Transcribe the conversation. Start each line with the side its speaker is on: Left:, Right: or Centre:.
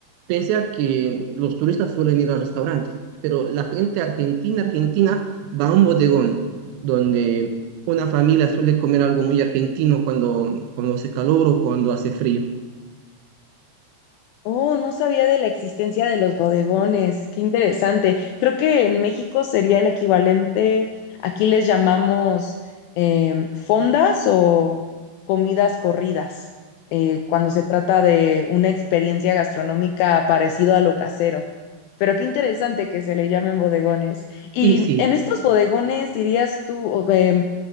Right: pese a que los turistas suelen ir a restaurantes, pero la gente argentina, argentina va a un bodegón donde una familia suele comer algo muy argentino cuando, cuando hace calor o cuando hace frío.
Left: Oh, no sabía de la existencia de los bodegones. Qué interesante. Creo que en México sería el equivalente, aquí les llamamos em, fondas o comidas corridas, eh, cuando se trata de una experiencia gastronómica parecido a lo casero. Pero qué interesante que se le llamen bodegones. Y
Right: Y sí.
Left: en estos bodegones, dirías tú, o, em,